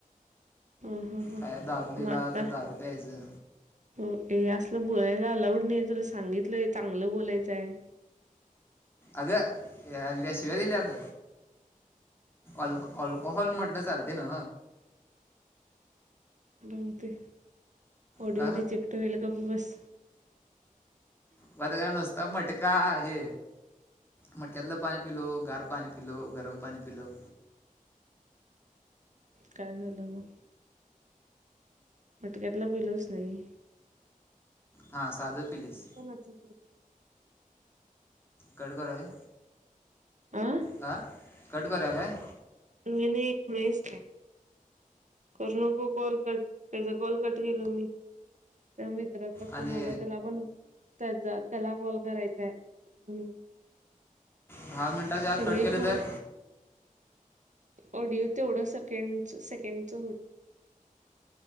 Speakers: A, on the right; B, on the left.
A: हं, हं, हं.
B: काय दारू दिला
A: मग आत्ता
B: तर दारू प्यायचं.
A: हो ए असलं बोलायला अलाउड नाही आहे तुला सांगितलंय चांगलं बोलायचंय.
B: अग अ का शिवादलाात. अल् अल्कोहल म्हटलं चालते ना.
A: बहते ऑडिओ
B: अ
A: रिजेक्ट होयला का बस.
B: वात क नुसता मट का हे. मट कदला पाणी पिलो गार पाणी पिलो गरम पाणी पिलोव.
A: काय झालं मग. मटक्यातला पलच नाही.
B: हा साधर पिलीस.
A: कोणाचा
B: कट करूया काय
A: आं.
B: हां कट करूया काय
A: नने घरस. करू नको कॉल कट त्याचा कॉल कट केलं मी. तर मित्राचा फोन
B: आणि
A: आला त्याला पण. त्याचा त्याला कॉल करायचाय म्हणून.
B: दहा मिनिटाच्या आत
A: सगळी
B: खडकलं
A: फोन
B: तर.
A: ऑडिओ तेवढं सेकं सेकंड. त